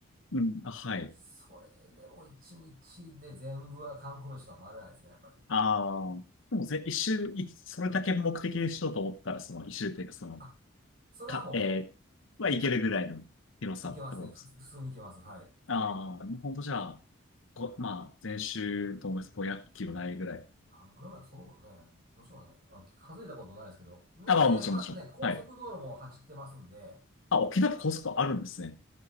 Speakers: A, on the left (about 70°); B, on the right (about 45°).
A: うん、あ、はい。
B: それでも一日で全部は観光名所とは回れないですね、やっぱり。
A: ああ、でもぜ、一周、いそれだけ目的にしようと思ったら、その一周っていうか、その、
B: あ、それはも
A: か、えー、はいけるぐらいの広さってことです。
B: う、行けますね。ふつ、普通に行けます。はい。
A: ああ、もうほんとじゃあ、こ、まあ、全周と思います。500キロないぐらい。
B: 何キロぐらい、そうね。どうしようね。あ、数えたことないですけど。な、
A: あ、まあ、
B: で、
A: もちろんもちろん。
B: またね、高速道路も走ってますんで、
A: はい。あ、沖縄って高速あるんですね。